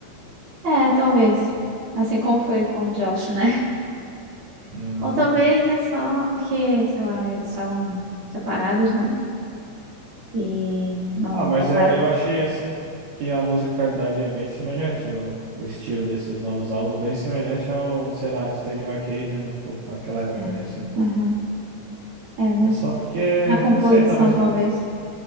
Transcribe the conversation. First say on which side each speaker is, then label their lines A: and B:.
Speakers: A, on the right; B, on the right.
A: É, talvez. Assim como foi com o Josh, né? <laughs>
B: Uhum.
A: Ou talvez é só porque, sei lá, eles estavam separados, né? e não
B: Ah, mas
A: voltaram.
B: é, eu achei assim que a musicalidade é bem semelhante, o, o estilo desses novos álbuns, bem semelhante ao, sei lá, Stadium Arcadium, pô, naquela época
A: É,
B: ali, assim.
A: aham. É, mas
B: É só porque,
A: na É. composição
B: não sei, talvez,
A: talvez.
B: o-